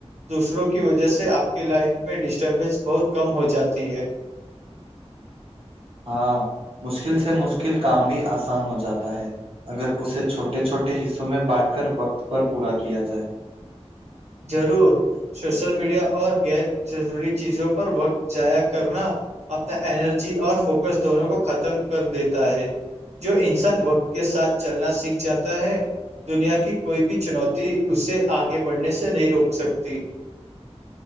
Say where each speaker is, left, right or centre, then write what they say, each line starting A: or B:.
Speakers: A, on the right; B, on the right.
A: دوسروں کی وجہ سے آپ کے لائف میں ڈسٹربینس بہت کم ہو جاتی ہے
B: ہاں مشکل سے مشکل کام بھی آسان ہو جاتا ہے اگر اسے چھوٹے چھوٹے حصوں میں بانٹ کر وقت پر پورا کیا جائے
A: ضرور سوشل میڈیا اور غیر ضروری چیزوں پر وقت ضائع کرنا اپنا انرجی اور فوکس دونوں کو ختم کر دیتا ہے جو انسان وقت کے ساتھ چلنا سیکھ جاتا ہے دنیا کی کوئی بھی چنوتی اسے آگے بڑھنے سے نہیں روک سکتی